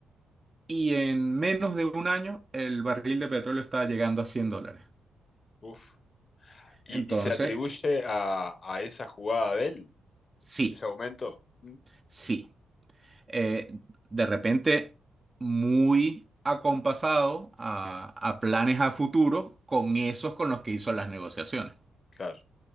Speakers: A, on the right; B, on the left.
A: Y en menos de un año el barril de petróleo estaba llegando a 100 dólares.
B: Uf. ¿Y,
A: Entonces,
B: y se atribuye a, a esa jugada de él,
A: sí,
B: ese aumento? Mm,
A: sí. eh, de repente muy acompasado a, a planes a futuro con esos con los que hizo las negociaciones.
B: Claro,